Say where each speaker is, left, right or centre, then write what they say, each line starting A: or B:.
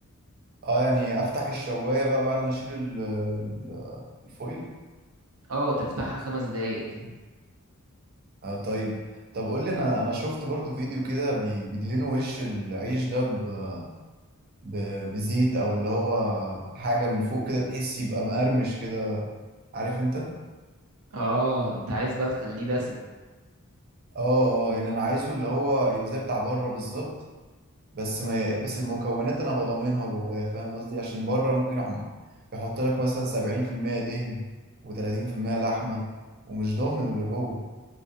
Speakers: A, on the right; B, on the right.
A: اه يعني افتح الشواية بقى بعد ما اشيل ال- ال- الفويل
B: اه تفتحها خمس دقايق كده
A: اه طيب طب قول لي انا انا شفت برضو فيديو كده بي- بيدهنوا وش العيش ده ب- ب- بزيت او اللي هو حاجة من فوق كده بحيث يبقى مقرمش كده عارف انت
B: اه انت عايز بقى تخليه دسم
A: اه اه يعني انا عايزه اللي هو يبقى زي بتاع بره بالظبط بس ما ي... بس المكونات انا بضمنها جواه فاهم قصدي عشان بره ممكن يعم- يحط لك مثلا 70% دهن و30% لحمه ومش ضامن اللي جوه